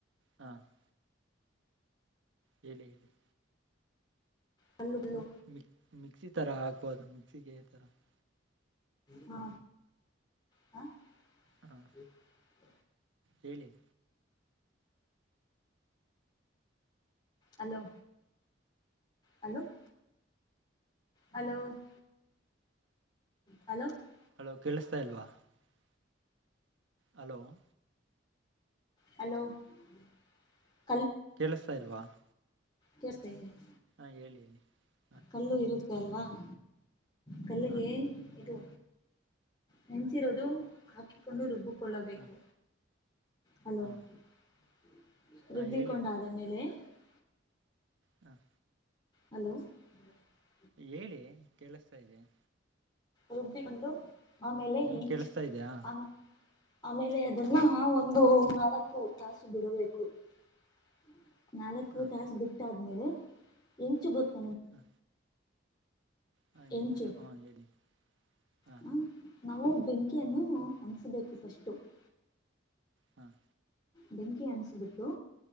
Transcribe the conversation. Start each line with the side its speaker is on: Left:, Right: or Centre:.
Right: ಹಾ. <unintelligible> ಹೇಳಿಹೇಳಿ. <unintelligible>
Left: ಕಲ್ಲು ಕಲ್ಲು
Right: ಮೀ, ಮೀ, ಮಿಕ್ ಮಿಕ್ಸಿ ತರ ಹಾಕ್ಬೋದು, ಮಿಕ್ಸಿಗೆ ತರ? <unintelligible>
Left: ಹ, ಹ, ಹ.
Right: ಹಾ
Left: <unintelligible>
Right: ಹೇಳಿ? <unintelligible>
Left: Hello, hello. <unintelligible> Hello. <unintelligible> Hello. <unintelligible>
Right: Hello, ಕೇಳಿಸತಾ, ಇಲ್ವಾ. ! <unintelligible> ಹಲೋ. <inaudible>
Left: ಹಲೋ. <unintelligible>
Right: ಕೇಳಿಸ್ತಾ ಇಲ್ವಾ. <inaudible>
Left: ಕೇಳಿಸ್ತಾ ಇದೆ. <inaudible>
Right: ಹಾ, ಹೇಳಿ. <unintelligible>
Left: ಕಲ್ಲು, ಇರುತ್ತೆ ಅಲ್ವಾ? <inaudible> ಕಲ್ಲಿಗೆ,
Right: ಹಾ
Left: ಇದು, ನಿಂತಿರೋದು, ಹಾಕಿಕೊಂಡು ರುಬ್ಬು. <inaudible> ಕೊಳ್ಳಬೇಕು,
Right: ಹಾ
Left: ಹಲೋ?
Right: ಹಾ
Left: <unintelligible>
Right: ಹಾ
Left: ರುಬ್ಬಿಕೊಂಡ,
Right: ಹೇಳಿ
Left: ಅ ಆದ್ಮೇಲೆ. <unintelligible>
Right: ಹ. <unintelligible>
Left: ಹಲೋ. <unintelligible>
Right: ಹೇಳಿ, ಕೇಳಿಸ್ತಾಯಿದೆ. <unintelligible>
Left: ರುಬ್ಬಿಕೊಂಡು, ಆಮೇಲೆ,
Right: ನಿಮ್ಗೆ
Left: ಈಚ್,
Right: ಕೇಳಿಸ್ತಾ ಇದೆಯಾ
Left: ಆ. <unintelligible> ಆಮೇಲೆ, ಅದನ್ನ, ಒಂದು ನಾಲ್ಕು ತಾಸು ಬಿಡಬೇಕು. <unintelligible> ನಾಲ್ಕು,
Right: ಹಾ
Left: ತಾಸು ಬಿಟ್ಟುಡುಮೆಲೈ, ಇಂಚ್, ಗೊತ್ತ. <unintelligible>
Right: ಹಾ ಹಾ,
Left: ಹೆಂಚು
Right: ಇಂಚ್, ಹಾ, ಹೇಳಿ? <unintelligible> ಹಾ
Left: ಹ, ನಾವು ಬೆಂಕಿಯನ್ನು, ಹನ್ಸಬೇಕು! ಫಸ್ಟ್. <unintelligible>
Right: ಹ. <inaudible>
Left: ಬೆಂಕಿ, ಅನ್ಸ್ಬಿಟ್ಟು,